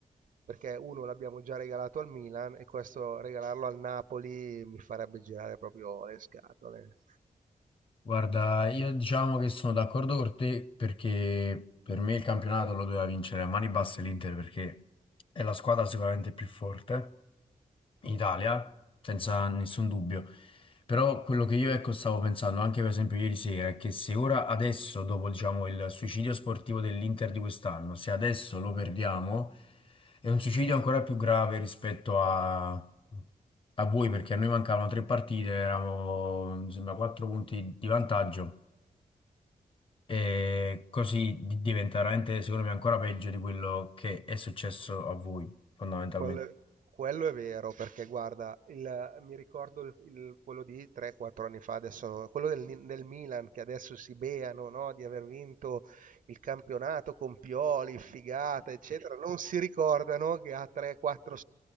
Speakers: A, on the right; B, on the left.
A: perché uno l'abbiamo già regalato al Milan e questo regalarlo al Napoli mi farebbe girare proprio le scatole.
B: Guarda, io diciamo che sono d'accordo con te perché per me il campionato lo doveva vincere a mani basse l'Inter perché è la squadra sicuramente più forte in Italia, senza nessun dubbio. Però quello che io ecco stavo pensando anche per esempio ieri sera è che se ora adesso, dopo diciamo il suicidio sportivo dell'Inter di quest'anno, se adesso lo perdiamo, è un suicidio ancora più grave rispetto a, a voi, perché a noi mancavano tre partite, eravamo mi sembra quattro punti di vantaggio. E così di- diventa veramente, secondo me, ancora peggio di quello che è successo a voi, fondamentalmente.
A: Quel- Vabbè. quello è vero, perché guarda, il- mi ricordo il- il- quello di 3-4 anni fa, adesso, no- quello del, Ni- del Milan che adesso si beano, no, di aver vinto il campionato con Pioli, figata, eccetera, non si ricordano che ha 3-4